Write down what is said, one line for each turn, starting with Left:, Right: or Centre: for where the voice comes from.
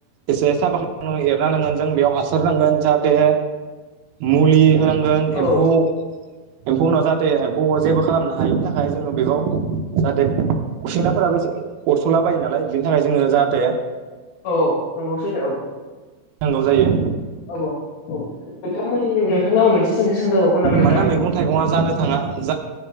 Right: एसे साबा खालामना एरना नांगोन जों बेयाव हासार नांगोन जाहाथे मुलि होनां गोन
Left: औ
Right: एम्फौ
Left: औ
Right: एम्फौनाव जाहाथे एम्फौ जेबो खालामनो हायैनि थाखाय जोङो बेखौ जाहाथे‌ गुसेंग्राफोराबो एसे अरस'ला बायो नालाय बिनि थाखाय जोङो जाहाथे
Left: औ औ नंगौ सैथो औ।
Right: नांगौ जायो।
Left: औ औ औ नोंथांमोन नोंथांनाव आम मोनसे सोंथि सोंजाबावगोन‌ नामा नोंथां?
Right: मानोना मैगं थाइगङा जानो थाङा जा